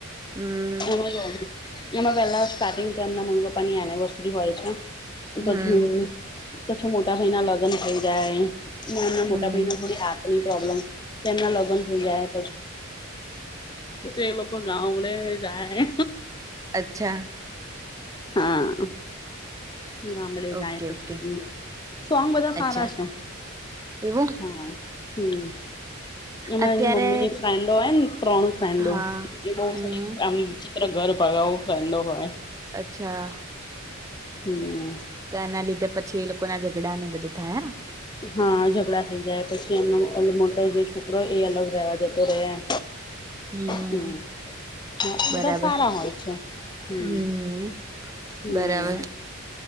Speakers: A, on the right; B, on the left.
A: હમ
B: એમાં જ એમાં પેલા સ્ટાર્ટિંગ તો એમના <unintelligible> પાણી ની આની વતુથી હોય છે.
A: હમ
B: તો પછી તોછી મોટા ભયના લગ્ન થઈ જાય. મના
A: હમ
B: મોટા બાઈના થોડી આ તેની પ્રોબ્લેમ. તેમના લગન થઈ જાય. એ લોકો ગબડે ગાયે.
A: અચ્છા.
B: હા. ગામડે જાય
A: ઓકે
B: પછી
A: ઓકે
B: સોંગ બધા સારા
A: અચ્છા
B: છે
A: એવું
B: હા હમ અમારે
A: અત્યારે
B: એની મમ્મીની ફ્રેન્ડો હોય ને ત્રણ ફ્રેન્ડો
A: હા
B: એ બ
A: હમ
B: થડી વિ ઘર ભગાવો ફંદો હોય.
A: અચ્છા.
B: હમ્મ.
A: તોના લી પછી એ લોકો ના ઝઘડા ને બધા થયા ને.
B: હા ઝઘડા થઇ જાય પછી એમનો અ મોટો જે છોકરો એ અલગ રહેવા જતો રહે એમ.
A: હમ
B: હમ્મ હા એ બધા
A: બરાબર
B: સારા હોય છે હમ્મ
A: હમ
B: હમ્મ.
A: બરાબર